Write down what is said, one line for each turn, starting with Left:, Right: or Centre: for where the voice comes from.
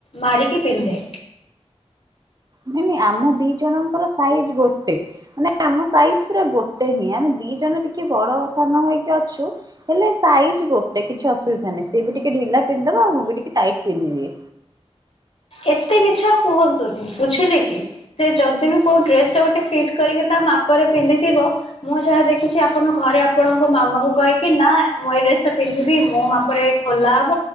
Left: ମାରି କିି ପିନ୍ଧେ।
Right: ନାଇ ନାଇ ଆମ ଦି ଜଣଙ୍କର ସାଇଜି ଗୋଟେ। ମାନେ ଆମ ସାଇଜି ପୁରା ଗୋଟେ ହିଁ ଆମେ ଦି ଜଣ ଟିକେ ବଡ ସାନ ହେଇକି ଅଛୁ। ହେଲେ ସାଇଜ୍ ଗୋଟେ କିଛି ଅସୁବିଧା ନାହିଁ ସେ ବି ଟିକେ ଢିଲା ପିନ୍ଧଦବ ଆ ମୁଁ ବି ଟିକେ ଟାଇଟ୍ ପିନ୍ଧିଦିଏ।
Left: ଏତେ ମିଛ ଆଉ କୁହନ୍ତୁନି ବୁଝିଲେ କି? ସେ ଯଦି ବି କୋଉ ଡ୍ରେସ ଟା ଗୋଟେ ଫିଟ କରିକି ତା ମାପରେ ପିନ୍ଧିଥିବ। ମୁଁ ଯାହା ଦେଖିଛି ଆପଣ ଘରେ ଆପଣଙ୍କ ମାମା କୁ କହିକି, ନା ମୁଁ ଏଇ ଡ୍ରେସ ଟା ପିନ୍ଧିବି ମୋ ମାପ ପରେ ଖୋଲା ହବ।